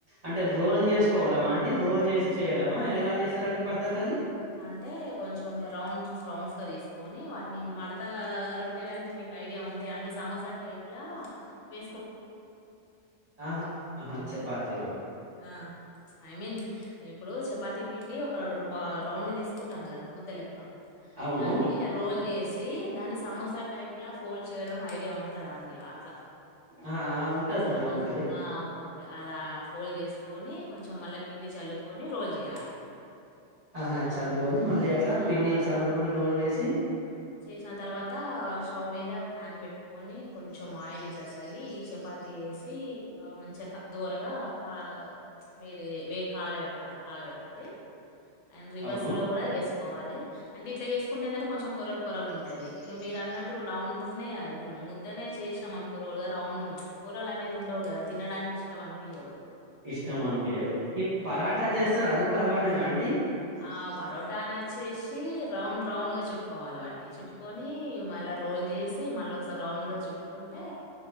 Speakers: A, on the right; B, on the left.
A: అంటే రోల్ చేసుకోవడమా అండి రోల్ చేసి చేయడమా ఎలా చేస్తారని పద్ధతి అది
B: అంటే కొంచెం రౌండ్స్ రౌండ్స్ గా తీసుకొని వాటిని మడత రొట్టెలా అంటే మీకు ఐడియా ఉంటాయా అండి సమోసా టైప్ లా వే
A: ఆహా ఆహా చపాతిలో
B: ఆ ఐ మీన్ ఇప్పుడు చపాతి పిండి ఒక బా రౌండ గా తీసుకుంటాం కదా ముద్దలెక్క
A: అవును
B: దాన్ని రోల్ చే సి దాని సమోసా టైప్ ఫోల్డ్ చేయడం ఐడియా ఉంటందా అండి అట్లా
A: ఆ ఆ ఉంటదండి
B: సమోస
A: ఉంటది
B: ఆ! ఓకే. ఓకే అలా ఫోల్డ్ చేసుకొని కొంచం మళ్ళా పిండి చల్లుకొని రోల్ చేయాలి
A: ఆహా చల్లుకొని మళ్ళీ అట్లా
B: ఆహ్,
A: పిండి చల్లుకొని రోల్ చేసి
B: చేసిన తర్వాత స్టవ్ మీద ప్యాన్ పెట్టుకొని కొంచెం ఆయిల్ ఇట్లా చల్లి ఈ చపాతి వేసి మంచిగా దోరగా కా వేడి వే కాలుబెట్టాలి కాలుబెట్టాలి అండ్ రివర్స్
A: అవును
B: లో కూడా వేసుకోవాలి అంటే ఇట్లా చేసుకుంటే ఏంటే కొంచెం పొరలు పొరలు ఉంటాది ఇక మీరు అన్నట్టు రౌండ్నే ముద్దనే చేసాంమను కూరలుగా రౌండ్ కూరలు అనేది ఉండవు కదా తినడానికి ఇష్టం అనిపియదు
A: ఇష్టం అనిపియి ఈ
B: హ్మ్.
A: పరాట చేస్తారు అది కూడా అలానేనా అండి
B: ఆ పరోటాన వచ్చేసి రౌండ్ రౌండ్గా చుట్టుకోవాలి వాటిని చుట్టుకొని మళ్ళీ రోల్ చేసి మళ్ళీ ఒకసారి రౌండ్గా చుట్టుకుంటే